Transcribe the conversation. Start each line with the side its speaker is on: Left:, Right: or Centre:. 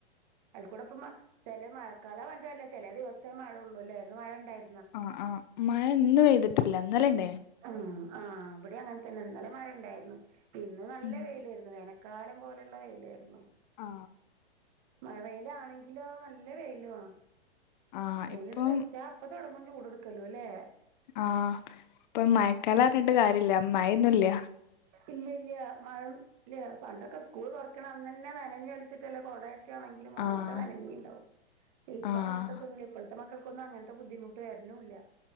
Right: അതിക്കൂടെ ഇപ്പമ, ചില മഴക്കാല വണ്ടാതല്ലേ ചില ദിവസം മഴയുള്ളൂലേ എന്ന് മഴ ഇണ്ടായി
Left: ആ ആ മഴ ഇന്ന് പെയ്തിട്ടില്ല ഇന്നലെ ഇണ്ടായി.
Right: ആ ആ അവിടെ അങ്ങനെ തന്നെ ഇന്നലെ മഴ ഇണ്ടായിരുന്നു ഇന്ന് നല്ല
Left: ഉം
Right: വെയിലായിരുന്നു വേന കാലം പോലെയുള്ള വെയിലായിരുന്നു.
Left: ആ
Right: മഴ വെയില് ആണെങ്കിലോ നല്ല വെയിലുഅ.
Left: ആഹ്
Right: വെയിലിടുത്ത്
Left: ഇപ്പം
Right: ഇടിച്ചാ അപ്പൊ തുടങ്ങും ചൂട് എടുക്കലും എല്ലേ?
Left: ആ ഇപ്പൊ മയക്കാല അറിഞ്ഞിട്ട് കാര്യ ഇല്ല മയയൊന്നും ഇല്ല.
Right: ഇല്ല ഇല്ല മഴ ഇല്ല, പണ്ടൊക്കെ സ്കൂള് തുറക്കണ അന്നന്നെ നനഞ്ഞൊലിച്ചിട്ടല്ലേ കൊട ക്ക ആണെങ്കിലും ആകെ
Left: ആഹ്
Right: നനഞ്ഞിണ്ടാവും ഇപ്പ
Left: ആഹ്
Right: അങ്ങനത്തൊതുന്നൂല്ല. <unintelligible> മക്കൾക്കൊന്നും അങ്ങനത്തെ ബുദ്ധിമുട്ട് വരണൂല്ല,